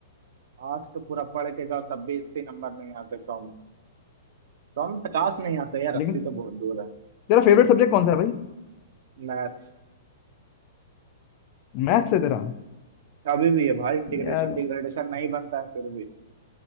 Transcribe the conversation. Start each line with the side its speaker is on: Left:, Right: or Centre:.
Right: आर्ट्स तो पूरा पढ़ के जाओ तब भी अस्सी नंबर नहीं आते सौ में सौ में पचास नहीं आते यार अस्सी
Left: लेकिन
Right: तो बहुत दूर है
Left: तेरा फेवरेट सब्जेक्ट कौन सा है भाई
Right: मैथ्स
Left: मैथ्स है तेरा
Right: अभी भी है भाई इंटीग्रेशन
Left: यार
Right: डिग्रेडेशन नहीं बनता है फिर भी